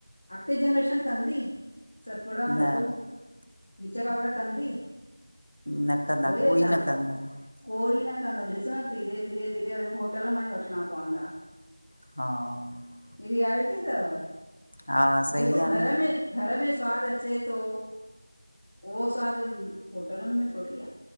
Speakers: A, on the left; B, on the left.
A: अॻिते जनरेशन कंदी? सतपुड़ा,
B: न
A: लड्डू, खीचा, पापड़ कंदी?
B: न कंदा,
A: उहोई त
B: कोई
A: तव्हां
B: न कंदा इन्
A: कोई न कंदो, ॾिसो न धीरे- धीरे- धीरे वरी होटल मां ई वठिंणा पवंदा।
B: हा।
A: हीअ रियाल्टी तव,
B: हा सही
A: जेको
B: आहे न
A: घर में घर में स्वादु अचे तो, उहो स्वादु होटलुनि में थोड़ी आ